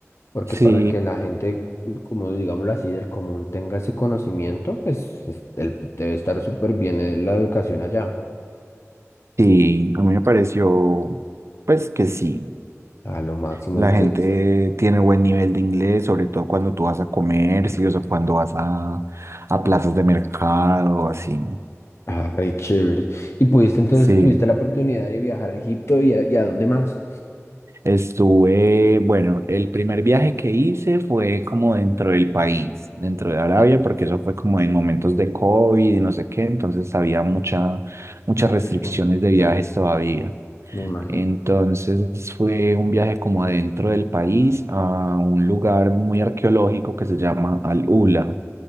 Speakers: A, on the left; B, on the right.
A: porque
B: Sí,
A: para que la gente, como digámoslo así, del común tenga ese conocimiento, pues es- el- debe estar súper bien eh, la educación allá,
B: sí, a mí me pareció, pues que sí,
A: a lo máximo.
B: la
A: Entonces,
B: gente tiene buen nivel de inglés, sobre todo cuando tú vas a comercios o cuando vas a, a plazas de mercado, así.
A: ah, re chévere. Y pudiste, entonces,
B: Sí,
A: tuviste la oportunidad de viajar a Egipto y a, y a dónde más.
B: estuve, bueno, el primer viaje que hice fue como dentro del país, dentro de Arabia, porque eso fue como en momentos de COVID y no sé qué, entonces había mucha, muchas
A: Restricción.
B: restricciones de viajes
A: Sí,
B: todavía.
A: me imagino.
B: Entonces fue un viaje como adentro del país a un lugar muy arqueológico que se llama Al-Ula.